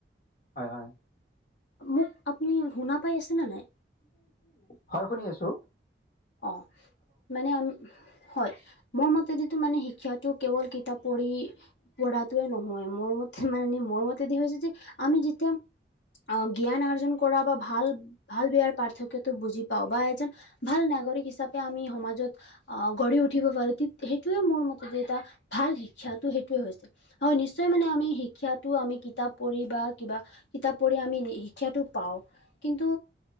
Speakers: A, on the left; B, on the left.
A: হয় হয়
B: মোক আপুনি শুনা পাই আছে না নাই
A: হয় শুনি আছো
B: অ মানে আম হয় মোৰ মতেদিটো মানে শিক্ষাটো কেৱল কিতাপ পঢ়ি পঢ়াটোৱে নহয় মোৰ মতে মানে মোৰ মতেদি হৈছে যে আমি যেতিয়া অ জ্ঞান আৰ্জন কৰা বা ভাল ভাল বেয়াৰ পাৰ্থক্যতো বুজি পাও বা এজন ভাল নাগৰিক হিচাপে আমি সমাজত আহ গঢ়ি উঠিব পাৰো সেইটোৱে মোৰ মতে যে এটা ভাল শিক্ষাতো সেইটোৱে হৈছে হয় নিশ্চয় মানে আমি শিক্ষাতো আমি কিতাপ পঢ়ি বা কিবা কিতাপ পঢ়ি আমি শিক্ষাতো পাও কিন্তু